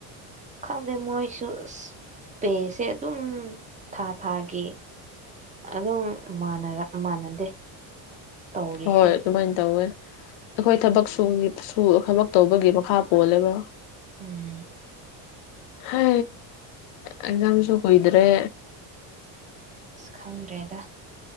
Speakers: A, on the right (about 20°); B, on the left (about 80°).
A: ꯈꯪꯗꯦ ꯃꯣꯏꯁꯨ ꯑꯁ ꯄꯦꯁꯦ ꯑꯗꯨꯝ ꯊꯥ ꯊꯥꯒꯤ ꯑꯗꯨꯝ ꯃꯥꯟꯅꯗꯦ ꯇꯧꯔꯤꯁꯦ
B: ꯍꯣꯏ ꯑꯗꯨꯃꯥꯏꯅ ꯇꯧꯋꯦ ꯑꯩꯈꯣꯏ ꯊꯕꯛ ꯁꯨ ꯊꯕꯛ ꯇꯧꯕꯒꯤ ꯃꯈꯥ ꯄꯣꯜꯂꯦꯕ
A: ꯎꯝ
B: ꯍ ꯑꯦꯛꯖꯝꯁꯨ ꯀꯣꯏꯗ꯭ꯔꯦ
A: ꯁ ꯈꯪꯗ꯭ꯔꯦꯗ